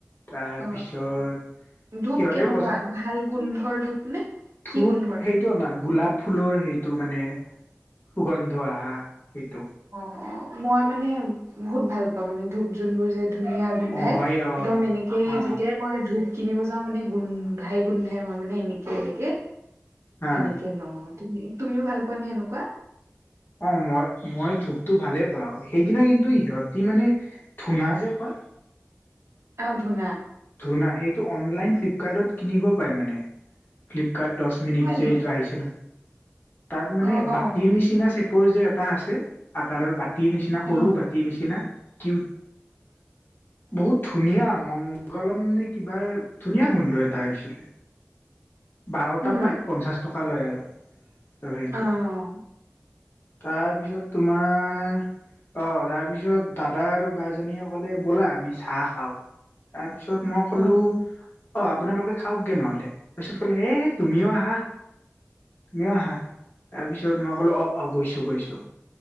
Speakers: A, on the left; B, on the right.
A: তাৰপিছত
B: অ', ধূপ
A: সিহঁতেও
B: কেনেকুৱা
A: বজাৰ
B: ভাল গোন্ধৰ ধূপ নে,
A: ধূপ
B: কি গোন্ধৰ
A: সেইটো আমাৰ গোলাপ ফুলৰ সেইটো মানে সুগন্ধ আহা সেইটো।
B: অ', মই মানে বহুত ভাল পাওঁ মানে ধূপ যোনবোৰ যে ধুনীয়া গোন্ধাই,
A: অ হয় অ
B: একদম এনেকেই
A: অ
B: যেতিয়াই মই ধুপ কিনিব যাওঁ মানে গোন্ধাই গোন্ধাই মই মানে এনেকে এনেকে
A: হা
B: তেনেকে নহয়। তুমিও ভাল পোৱা নে এনেকুৱা?
A: অ', মই মই ধূপটো ভালেই পাওঁ, সেইদিনা কিন্তু সিহঁতি মানে ধুনা যে কয়
B: অ', ধুনা।
A: সোনা সেইতো অনলাইন ফ্লিপকাৰ্ট কিনিব পায় মানে। ফ্লিপকাৰ্ট দহ মিনিট
B: হয়
A: যে
B: নি
A: এইটো আহিছে নয় তাত মানে
B: অ', অ',
A: বাতিৰ
B: অ',
A: নিচিনা চেপৰ যে এটা আছে আকাৰৰ বাতিৰ নিচিনা
B: অ',
A: সৰু বাতিৰ নিচিনা কিউট, বহুত ধুনীয়া। ম <unintelligible> গলম নে কিবাৰ ধুনীয়া গোন্ধ এটা আহিছিলে, বাৰটা
B: উম,
A: পাই পঞ্চাছ টকা লয় আৰু, ত সেইটো।
B: অ',
A: তাৰপিছত তোমাৰ অ তাৰপিছত দাদা আৰু বা জনীয়ে ক'লে ব'লা আমি চাহ খাওঁ ত। পিছত মই ক'লো,
B: অ', অ',
A: অ', আপোনালোকে খাওক গে নহ'লে। তাৰিছত কলে এ তুমিও আহা, তুমিও আহা। তাৰ পিছত মই ক'লো অ', অ' গৈছো, গৈছো